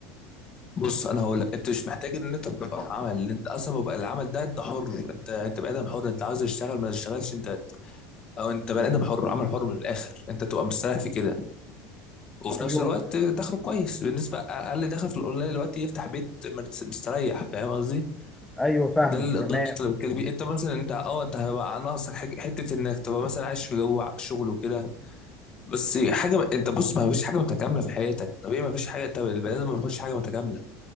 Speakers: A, on the left; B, in the centre.
A: بص انا هقول لك انت مش محتاج ان انت تبقى في عمل اللي انت اصلا بيبقى العمل ده انت حر انت انت بني ادم حر انت عاوز تشتغل ما تشتغلش انت او انت بني ادم حر عمل حر من الاخر انت تبقى مستريح في كده وفي
B: ايوه
A: نفس الوقت دخله كويس بالنسبه اقل دخل في الاونلاين دلوقتي يفتح بيت مرت- مستريح فاهم قصدي
B: ايوه فاهمك
A: ده ال- ده
B: تمام
A: النقطة اللي بتكلم فيه انت مثلا انت اه انت هيبقى ناقصك حاجة- حته انك تبقى مثلا عايش في جو شغل وكده بس حاجه انت بص ما فيش حاجه متكامله في حياتك طبيعي ما فيش حاجه انت البني ادم ما بياخدش حاجه متكامله